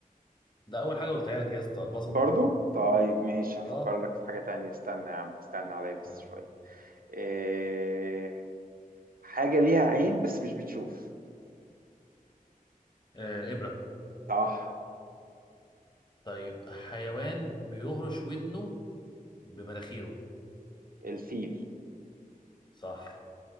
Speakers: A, on the left; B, on the right.
A: ده اول حاجه قلتها لك يا اسطى البصل
B: برضو طيب ماشي هفكر
A: اه
B: لك في حاجة تانية استنى يا عم استنى عليا بس
A: يعني.
B: شوية آه، حاجة ليها عين بس مش بتشوف
A: آه الابره
B: صح
A: طيب حيوان بيهرش ودنه بمناخيره
B: الفيل
A: صح